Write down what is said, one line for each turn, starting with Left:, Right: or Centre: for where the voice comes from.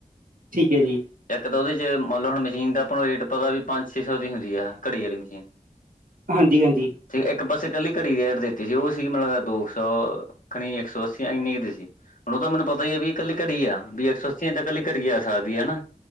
Right: ਠੀਕ ਐ ਜੀ।
Left: ਇੱਕ ਤਾਂ ਉਹਦੇ ਚ ਮੰਨ ਲਓ ਹੁਣ ਮਸ਼ੀਨ ਦਾ ਆਪਾਂ ਨੂੰ ਰੇਟ ਪਤਾ ਵੀ ਪੰਜ- ਛੇ ਸੌ ਦੀ ਹੁੰਦੀ ਹੈ, ਘੜੀ ਵਾਲੀ ਮਸ਼ੀਨ।
Right: ਹਾਂਜੀ- ਹਾਂਜੀ।
Left: ਇੱਕ ਪਾਸੇ ਕੱਲੀ ਘੜੀ ਦੀ ਐਡ ਦਿੱਤੀ ਸੀ, ਉਹ ਸੀ ਮੇਨੂ ਲੱਗਦਾ ਦੋ ਸੌ ਖਣੀ ਇੱਕ ਸੌ ਅੱਸੀ ਇੰਨੀ ਦੀ ਸੀ। ਹੁਣ ਉਹ ਤਾਂ ਮੈਨੂੰ ਪਤਾ ਈ ਆ ਵੀ ਇਕੱਲੀ ਘੜੀ ਆ, ਵੀ ਇੱਕ ਸੌ ਅੱਸੀ ਤਾਂ ਇਕੱਲੀ ਘੜੀ ਆ ਸਕਦੀ ਹਨਾ।